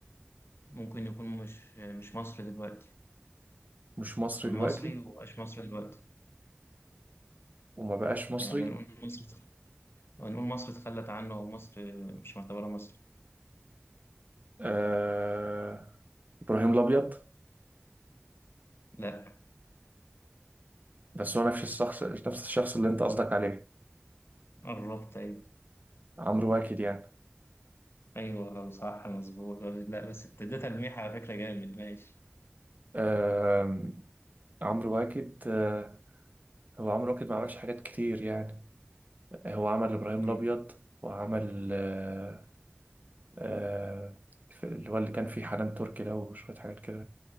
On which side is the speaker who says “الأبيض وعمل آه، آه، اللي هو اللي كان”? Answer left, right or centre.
Right